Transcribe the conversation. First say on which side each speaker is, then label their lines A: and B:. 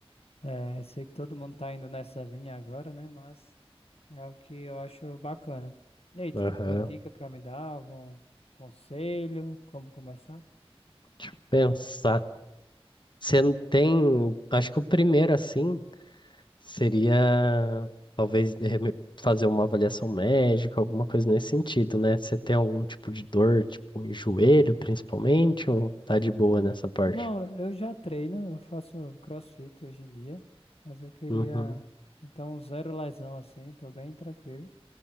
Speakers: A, on the left; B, on the left.
A: É, sei que todo mundo tá indo nessa linha agora, né? Mas é o que eu acho bacana. E aí, tu
B: Aham.
A: tem alguma dica pra me dar? Algum conselho? Como começar?
B: Deixa eu pensar. Você não tem. Acho que o primeiro, assim, seria talvez de reme- fazer uma avaliação médica, alguma coisa nesse sentido, né? Você tem algum tipo de dor, tipo em joelho, principalmente, ou tá de boa
A: Hum.
B: nessa parte?
A: Não, eu já treino, eu faço CrossFit hoje em dia, mas eu queria,
B: Uhum.
A: então, zero lesão assim, tô bem tranquilo.